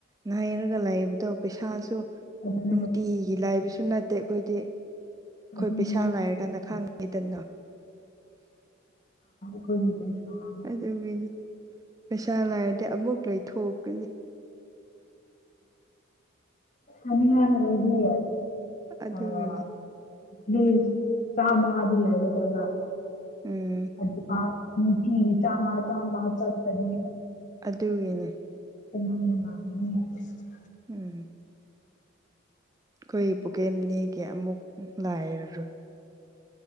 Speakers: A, on the right (about 15°); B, on the left (about 35°).
A: ꯉꯥꯏꯔꯒ ꯂꯥꯏꯕꯗꯣ ꯄꯩꯁꯥꯁꯨ
B: ꯑꯗꯨꯅ
A: ꯅꯨꯡꯇꯤꯒꯤ ꯂꯥꯏꯕꯁꯨ ꯅꯠꯇꯦ ꯑꯩꯈꯣꯏꯗꯤ ꯑꯩꯈꯣꯏ
B: ꯑꯗꯨꯅꯦ
A: ꯄꯩꯁꯥ ꯂꯥꯏꯔ ꯀꯥꯟꯗ ꯈꯥꯡꯉꯤꯗꯅ
B: ꯈꯣꯏꯇ ꯁ <unintelligible>
A: ꯑꯗꯨꯒꯤꯅꯤ ꯄꯩꯁꯥ ꯂꯥꯏꯔꯗꯤ ꯑꯃꯨꯛ ꯂꯩꯊꯣꯛꯀꯅꯤ
B: ꯑꯣꯅ ꯏꯒꯦ
A: ꯑꯗꯨꯒꯤꯅꯤ
B: ꯑ <unintelligible> <unintelligible> <unintelligible> ꯆꯥꯝꯃꯉꯗꯤ ꯂꯩꯒꯗꯕꯥ
A: ꯎꯝ
B: ꯑꯗꯨꯒ ꯅꯨꯡꯇꯤꯒꯤ ꯆꯥꯝꯃ ꯆꯥꯝꯃ ꯆꯠꯒꯅꯤ
A: ꯑꯗꯨꯒꯤꯅꯦ
B: ꯏ <unintelligible>
A: ꯎꯝ ꯑꯩꯈꯣꯏ ꯄꯨꯀꯦꯝꯅꯤꯒꯤ ꯑꯃꯨꯛ ꯂꯩꯔꯔꯣꯏ